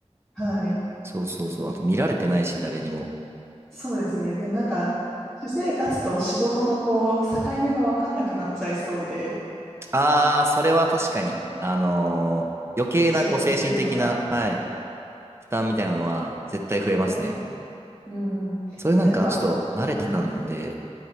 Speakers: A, in the centre; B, on the right.
A: はい。
B: そうそうそう。
A: でも
B: あと見られてないし、誰にも。
A: そうですね。でもなんか、私生活と仕事のこう、境目が分かんなくなっちゃいそうで、
B: ああ、それは確かに。あのー余計なこう精神的な、
A: いつ仕事してるのか。
B: はい、負担みたいなのは絶対増えますね。
A: ええうん。
B: それなんかちょっと慣れてたんで、
A: まあ、やっぱ、はい。